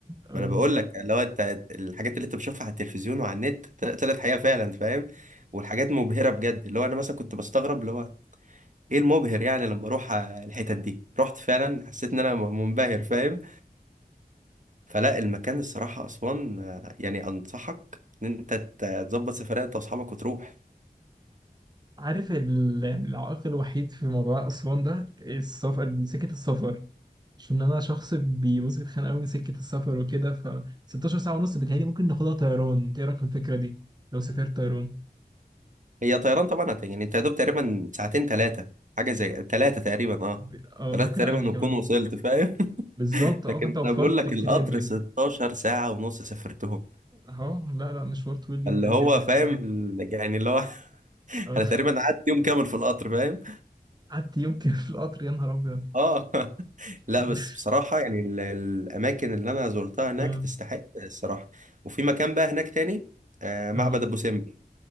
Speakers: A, on the right; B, on the right.
A: اه
B: ما انا بقول لك اللي هو انت الحاجات اللي انت بتشوفها على التلفزيون وعلى النت طل- طلعت حقيقة فعلا فاهم والحاجات مبهرة بجد اللي هو انا مثلا كنت بستغرب اللي هو ايه المبهر يعني لما اروح آه، الحتت دي رحت فعلا حسيت ان انا م- منبهر فاهم فلا المكان الصراحة اسوان آه، يعني انصحك ان انت ت- تظبط سفرية انت واصحابك وتروح
A: عارف ال- العائق الوحيد في موضوع أسوان ده السفر سكة السفر عشان أنا شخص بيبص بيتخانق أوي من سكة السفر وكده ف 16 ساعة ونص بتهيألي ممكن ناخدها طيران إنت إيه رأيك في الفكرة دي لو سافرت طيران
B: هي طيران طبعا هت- يعني انت يا دوب تقريبا ساعتين ثلاثة حاجة زي ثلاثة تقريبا اه
A: ب- اه
B: ثلاثة
A: ممكن
B: تقريبا
A: أقل
B: وتكون
A: كمان
B: وصلت فاهم <laughs>
A: بالظبط اه
B: لكن
A: فأنت وفرت
B: انا بقول لك
A: كتير
B: القطر
A: جدا
B: 16 ساعة ونص سافرتهم
A: اهو لا لا مشوار طويل جدا
B: اللي هو
A: جدا
B: فاهم
A: بصراحة
B: ال- يعني اللي هو <laughs>
A: اه
B: انا تقريبا قعدت يوم كامل في القطر فاهم
A: قعدت يوم كده في القطر يا نهار ابيض
B: اه <laughs> لا
A: <laughs>
B: بس بصراحة يعني ال- الأماكن اللي أنا زرتها هناك
A: اه
B: تستحق الصراحة وفي مكان بقى هناك تاني آه معبد
A: اه
B: أبو سمبل